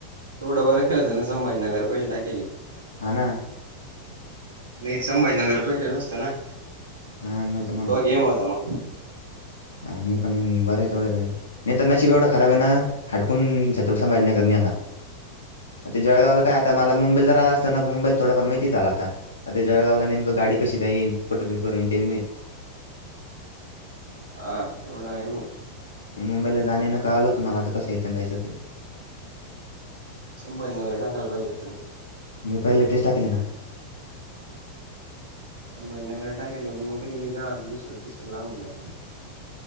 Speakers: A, on the right (about 65°); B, on the left (about 75°).
A: तेवढा बर केल त्यान संभाजीनगर पहिलं टाकेले
B: हा ना
A: नाही संभाजीनगर पहिले नसत ना
B: हा नाही तर
A: तोव्हा गेम होता मग
B: हा नाही पण बर आहे तेवढ् तरी नहीं तो नसीब येवड खराब आहे ना हाटकून छत्रपती संभाजीनगर नाही येणार ते जेळगवलं काय आता मला मुंबईल आला असताना मुंबईला थोडाफार माहिती झाला आता आता जळगावला नेमक गाडी कशी जाईल कुठं पेपर ते नाही मा
A: हा तेवढा आहे भो
B: म मुंबईला जाण येन कळलं होत मला आता कसं यायचं आन जायचं ते
A: संभाजीनगर टाकायला पाहिजे होत त्यांनी
B: मी पहिले तेच टाकेल ये ना
A: संभाजीनगर टाकेल पण मग कधी कधी काय होत दुसरं तिसर लागुन जातं